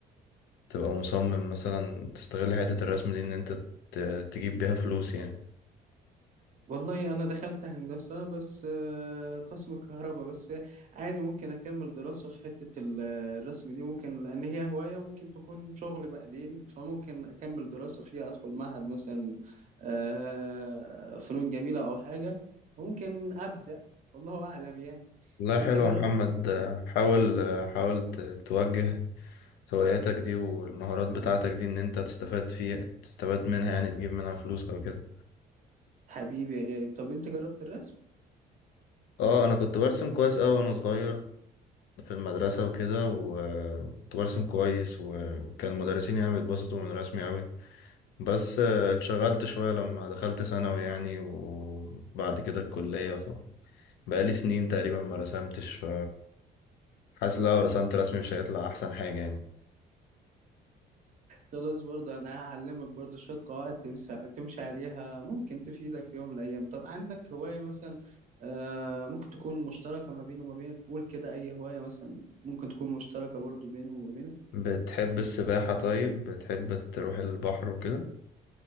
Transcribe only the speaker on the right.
والله انا دخلت هندسه بس آه، قسم كهرباء بس عادي ممكن اكمل دراسه في حته ال- آه، الرسم دي ممكن لان هي هوايه وممكن تكون شغل بعدين فممكن اكمل دراسه فيها ادخل معهد مثلا آه، فنون جميله او حاجه وممكن ابدع والله اعلم يعني
انت
جربت
الرسم
طيب
حبيبي يا غالي طب انت جربت الرسم
خلاص برضه انا هعلمك برضه شوية قواعد تمشي تمشي عليها ممكن تفيدك في يوم من الايام طب عندك هواية مثلا آه ممكن تكون مشتركة ما بيني وما بينك قول كده اي هواية مثلا ممكن تكون مشتركة برضه بيني وما بينك